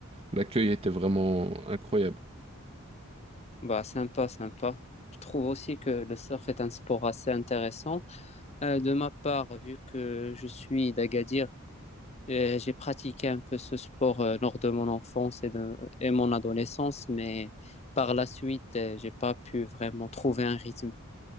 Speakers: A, on the right (about 25°); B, on the left (about 30°).
A: L'accueil était vraiment incroyable.
B: Bah sympa, sympa. Je trouve aussi que le surf est un sport assez intéressant. Euh, de ma part, vu que je suis d'Agadir, Euh, J'ai pratiqué un peu ce sport euh, lors de mon enfance et de et mon adolescence, mais par la suite, euh, j'ai pas pu vraiment trouver un rythme.